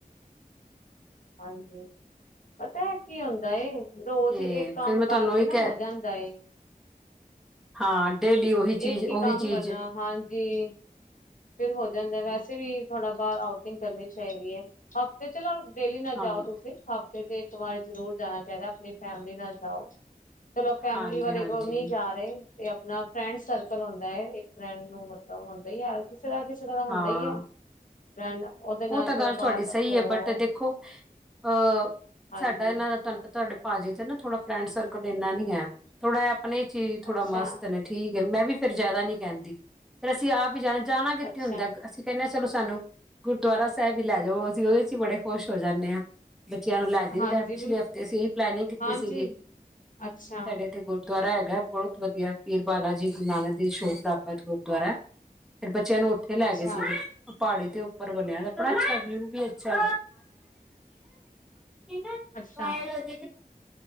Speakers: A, on the left; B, in the centre.
A: ਹਾਂਜੀ। ਪਤਾ ਹੈ, ਕੀ ਹੁੰਦਾ 'ਰੋਜ਼
B: ਤੇ
A: ਇੱਕ ''ਕੰਮ
B: ਫਿਰ ਮੈਂ ਤੁਹਾਨੂੰ
A: ਕਰਕੇ
B: ਉਹੀ
A: ਨਾ,
B: ਕਹਿ
A: ਹੋ ਜਾਂਦਾ ਏ।
B: ਹਾਂ। ਡੇਲੀ ਉਹੀ
A: ਇੱਕ
B: ਚੀਜ਼
A: ਹੀ
B: ਉਹੀ
A: ਕੰਮ
B: ਚੀਜ਼
A: ਕਰਨਾ, ਹਾਂਜੀ। ਫਿਰ ਹੋ ਜਾਂਦਾ ਵੈਸੇ ਵੀ, ਥੋੜਾ ਬਾਹਰ ''ਆਊਟਿੰਗ ਕਰਨੀ ਚਾਹੀਦੀ ਹੈ। ਹਫ਼ਤੇ ਚਲੋ ਡੇਲੀ ਨਾ ਜਾਓ,
B: ਹਾਂ
A: ਤੁਸੀਂ ਹਫਤੇ ਇੱਕ ਵਾਰ ਜ਼ਰੂਰ ਜਾਣਾ ਚਾਹੀਦਾ, ਆਪਣੀ ''ਫੈਮਲੀ ਨਾਲ ਜਾਓ। ਚਲੋ, ''ਫੈਮਿਲੀ
B: ਹਾਂਜੀ-ਹਾਂਜੀ
A: ਵਾਲੇ ਕੋ ਨਹੀਂ ਜਾ ਰਹੇ ਤੇ, ਆਪਣਾ ''ਫਰੈਂਡ ਸਰਕਲ ਹੁੰਦਾ ਏ, ਇੱਕ ਫਰੈਂਡ ਨੂੰ ਮਤਲਬ ਹੁੰਦਾ ਹੀ ਹੈ, ਹਰ ਕਿਸ ਕਿਸੇ ਤਰ੍ਹਾਂ, 'ਕਿਸੇ ਤਰ੍ਹਾਂ ਹੁੰਦਾ
B: ਹਾਂ
A: ਹੀ ਹੈ। ਫਰੈਂਡ ਉਹਦੇ ਨਾਲ
B: ''ਉਹ ਤਾਂ
A: ਚਲੋ
B: ਗੱਲ ਤੁਹਾਡੀ
A: ਬਾਹਰ ਤੱਕ
B: ਸਹੀ
A: ਹੋ
B: ਹੈ, ਬਟ
A: ਆਓ
B: ਦੇਖੋ ਅ
A: ਹਾਂਜੀ
B: ਸਾਡਾ ਇਹਨਾਂ ਦਾ ਤੁਹਾਨੂੰ ਤੁਹਾਡੇ ਭਾਜੀ ਤੇ ਨਾ, ਥੋੜਾ ਫਰੈਂਡ ਸਰਕਲ ਇੰਨਾ ਨੀ ਹੈ, ਥੋੜਾ ਆਪਣੇ'ਚ ਹੀ ਥੋੜਾ
A: ਅੱਛਾ
B: ਮਸਤ ਨੇ ਠੀਕ ਹੈ, ''ਮੈਂ ਵੀ ਫਿਰ ਜ਼ਿਆਦਾ ਨੀ ਕਹਿੰਦੀ ਫਿਰ, ਅਸੀਂ ਆਪ ਹੀ ਜਾਣਾ ਜਾਣਾ ਕਿੱਥੇ
A: ਅੱਛਾ
B: ਹੁੰਦਾ, ਅਸੀਂ ਕਹਿਨੇ ਆ ਚਲੋ, ਸਾਨੂੰ ਗੁਰਦੁਆਰਾ ਸਾਹਿਬ ਹੀ ਲੈ ਜਾਓ। ਅਸੀਂ ਉਹਦੇ'ਕਿਚ ਹੀ ਬੜੇ ਖੁਸ਼ ਹੋ ਜਾਂਨੇ ਹਾਂ। ਬੱਚਿਆਂ ਨੂੰ ਲੈ ਜਾਈਦਾ,
A: ਹਾਂਜੀ
B: ਪਿਛਲੇ
A: ਬਿਲਕੁਲ
B: ਹਫ਼ਤੇ ਅਸੀਂ ਇਹੀ ਪਲੈਨਿੰਗ ਕੀਤੀ
A: ਹਾਂਜੀ
B: ਸੀਗੀ।
A: ਅੱਛਾ
B: ਸਾਡੇ ਇੱਥੇ 'ਗੁਰਦੁਆਰਾ ਹੈਗਾ ਹੈ। ਬਹੁਤ ਵਧੀਆ। ਪੀਰ ਬਾਲਾ ਜੀ, ਗੁਰੂ ਨਾਨਕ ਦੇ- ਛੋਟ ਪ੍ਰਾਪਤ ਗੁਰਦੁਆਰਾ ਫਿਰ ਬੱਚਿਆਂ ਨੂੰ, ਉੱਥੇ ਲੈ
A: ਅੱਛਾ
B: ਗਏ ਸੀ। ਪਹਾੜੀ ਤੇ ਉਹ ਉੱਪਰ ਬਣਿਆ ਹੋਇਆ, ਬੜਾ ਅੱਛਾ, ਵਿਊ ਵੀ ਅੱਛਾ। ਇਹ ਨਾ
A: ਅੱਛਾ
B: ਵਾਈਲੋਜੀਕਲੀ।